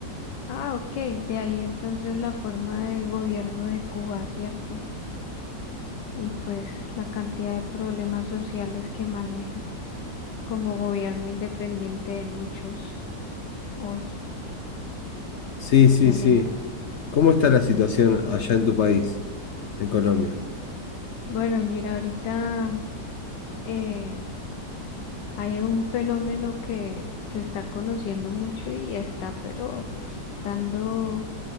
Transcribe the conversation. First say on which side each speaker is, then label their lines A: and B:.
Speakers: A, on the left; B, on the left.
A: Ah, ok. De ahí entonces la forma de gobierno de Cuba, ¿cierto? Y pues la cantidad de problemas sociales que maneja como gobierno independiente de muchos hoy.
B: Sí, sí,
A: Tremendo.
B: sí. ¿Cómo está la situación allá en tu país, en Colombia?
A: Bueno, mira, ahorita eh, Hay un fenómeno que se está conociendo mucho y está, pero dando,